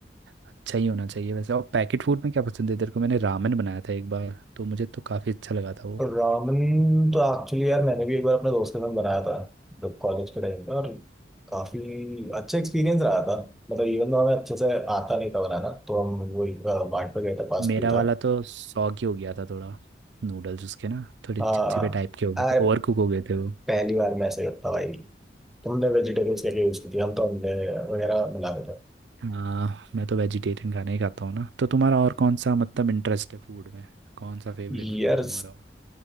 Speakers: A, on the right (about 80°); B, in the centre.
A: अच्छा ही होना चाहिए वैसे और पैकेट फूड में क्या पसंद है तेरे को मैंने रामेन बनाया था एक बार तो मुझे तो काफ़ी अच्छा लगा था वो
B: रामन तो एक्चुअली यार मैंने भी एक बार अपने दोस्त के साथ बनाया था जब कॉलेज के टाइम पे और काफी अच्छा एक्सपीरियंस रहा था मतलब इवन तो हमें अच्छे से आता नहीं था बनाना तो हम वही अ, बाट पे गए थे पास
A: मेरा
B: भी था
A: वाला तो सौ की हो गया था थोड़ा नूडल्स उसके ना थोड़े
B: हाँ
A: चिपचिपे टाइप के हो गए
B: यार
A: थे ओवर कुक हो गए थे वो
B: पहली बार मैं ऐसे करता भाई तुमने वेजिटेबल्स क्या यूज की थी हम तो अंडे वगैरह मिला रहे थे
A: हाँ मैं तो वेजिटेरियन खाना ही खाता हूँ ना तो तुम्हारा और कौन सा मतलब इंटरेस्ट है फूड में कौन सा फेवरेट
B: यार
A: फूड है तुम्हारा और?